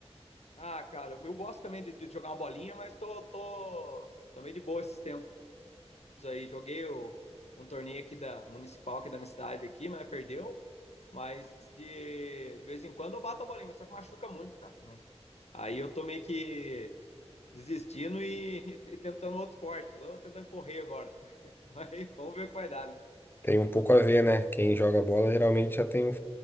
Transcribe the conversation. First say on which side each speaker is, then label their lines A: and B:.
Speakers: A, on the left; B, on the left.
A: Ah, cara, eu eu gosto também de, de jogar uma bolinha, mas tô, tô, tô meio de boa esses tempos. aí, joguei o- um torneio aqui da municipal aqui da minha cidade aqui, mas perdeu. Mas de, de vez em quando eu bato a bolinha, mas só que machuca muito, cara, também. Aí eu tô meio que desistindo e, <laughs> e tentando outro esporte. Tô tentando correr agora. <laughs> Mas vamos ver o que vai dar, né?
B: Tem um pouco a ver, né? Quem joga bola geralmente já tem um,